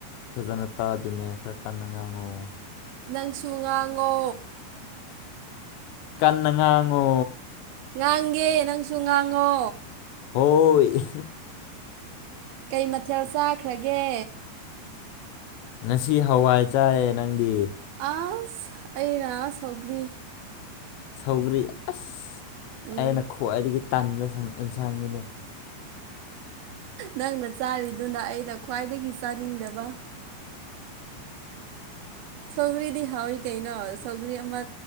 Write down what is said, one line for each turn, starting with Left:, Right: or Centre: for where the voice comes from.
Left: ꯐꯖꯅ ꯇꯥꯗꯦꯅꯦ ꯈꯔ ꯀꯟꯅ ꯉꯥꯡꯉꯨ
Right: ꯅꯪꯁꯨ ꯉꯥꯡꯉꯣ
Left: ꯅꯪ ꯉꯥꯡꯉꯨ
Right: ꯉꯥꯡꯒꯦ ꯅꯪꯁꯨ ꯉꯥꯡꯉꯣ
Left: ꯍꯣꯏ
Right: ꯀꯩ ꯃꯊꯦꯜ ꯆꯥꯈ꯭ꯔꯒꯦ
Left: ꯉꯁꯤ ꯍꯋꯥꯏ ꯆꯥꯏ ꯅꯪꯗꯤ
Right: ꯑꯁ ꯑꯩꯅ ꯁꯧꯒ꯭ꯔꯤ
Left: ꯁꯧꯒ꯭ꯔꯤ ꯑꯁ
Right: ꯎꯝ
Left: ꯑꯩꯅ ꯈ꯭ꯋꯥꯏꯗꯒꯤ ꯇꯥꯟꯕ ꯑꯦꯟꯁꯥꯡꯅꯤꯅꯦ
Right: ꯅꯪꯅ ꯆꯥꯔꯤꯗꯨꯅ ꯑꯩꯅ ꯈ꯭ꯋꯥꯏꯗꯒꯤ ꯆꯥꯅꯤꯡꯗꯕ ꯁꯧꯒ꯭ꯔꯤꯗꯤ ꯍꯥꯎꯏꯤ ꯀꯩꯅꯣ ꯁꯧꯒ꯭ꯔꯤ ꯑꯃ